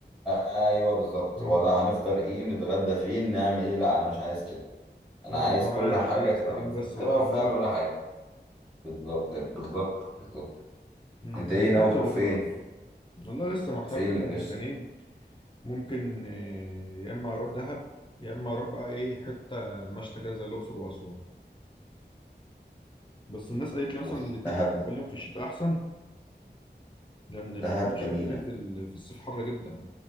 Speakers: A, in the centre; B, on the left (about 25°).
A: ايوه بالظبط
B: مم.
A: ولا هنفطر ايه نتغدى فين نعمل ايه لا انا مش عايز كده انا
B: اه
A: عايز
B: اللي هو
A: كل
B: قاعد
A: حاجه
B: ايه
A: تبقى
B: تستجم
A: متسيستمه
B: بس وتريح
A: وفيها
B: دماغك
A: كل حاجه بالظبط بالظبط بالظبط
B: مم.
A: انت ايه
B: انا سافرت
A: ناوي تروح
B: قبل
A: فين
B: كده برضه والله لسه محتار
A: فين
B: كده
A: يا باشا
B: بين مكانين ممكن آه، يا اما اروح دهب يا اما اروح بقى ايه حته مشتى كده زي الاقصر واسوان بس الناس قالت لي مثلا
A: بص
B: الاثنين
A: دهب
B: اصلا خليهم في الشتاء احسن لان يبقى
A: دهب
B: في مشاكل
A: جميله
B: كتير في ال- في الصيف حر جدا